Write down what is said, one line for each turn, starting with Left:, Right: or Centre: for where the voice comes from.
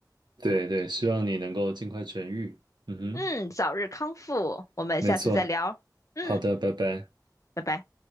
Right: 对对，希望你能够尽快痊愈。嗯哼，
Left: 嗯，早日康复，我们下次再聊。
Right: 没错。
Left: 嗯，
Right: 好的，拜拜。
Left: 拜拜。